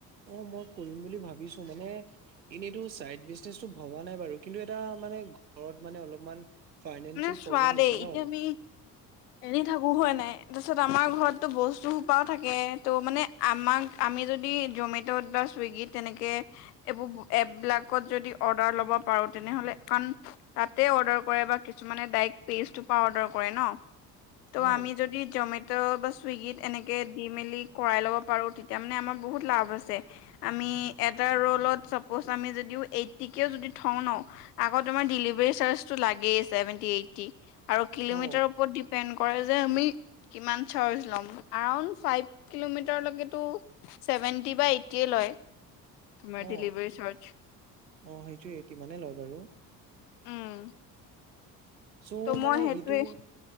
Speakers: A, on the right (about 85°); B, on the left (about 65°).
A: অ মই কৰিম বুলি ভাবিছো মানে এনেইটো চাইড বিজনেচটো ভবা নাই, বাৰু কিন্তু এটা মানে ঘৰত মানে অলপমান ফাইনেন্সিয়েল
B: মানে
A: প্ৰব্লেম
B: চোৱা
A: হৈছে
B: দেই এতিয়া
A: ন।
B: আমি এনে থাকো হয় নাই। তাৰপিছত আমাৰ ঘৰত ত' বস্তু সোপাও থাকে ত' মানে আমাক আমি যদি জমেট'ত বা চুইগিত তেনেকে এইবোৰ এপবিলাকত যদি অৰ্ডাৰ ল'ব পাৰোঁ তেনেহ'লে তাতে অৰ্ডাৰ কৰে বা কিছুমানে ডাইৰেক্ট পেজটোৰ পৰা অৰ্ডাৰ কৰে ন। ত'
A: অ
B: আমি যদি জমে ত' বা চুইগীত এনেকে দি মেলি কৰাই ল'ব, পাৰো তেতিয়া মানে আমাৰ বহুত লাভ আছে। আমি এটা ৰলত চাপ'জ আমি যদিও, এইটটিকেও যদি থওঁ ন আকৌ তোমাৰ ডেলিভাৰী চাৰ্জটো লাগেই ছেভেনটি এইটটি আৰু কিলোমিটাৰৰ
A: অ
B: ওপৰত দিপে স্পেণ্ড কৰে যে আমি কিমান চাজ লম <unintelligible> ফাইভ কিলোমিটাৰলেকেটো ছেভেন ছেভেনটি বা এইটটিয়ে লয় তোমাৰ
A: অ
B: ডেলিভাৰী চাৰ্জ।
A: অ সেইটোয়ে সিমানেই লয় বাৰু।
B: উম
A: চ'
B: ত'
A: মানে
B: মই সেইটোৱে
A: এইটো।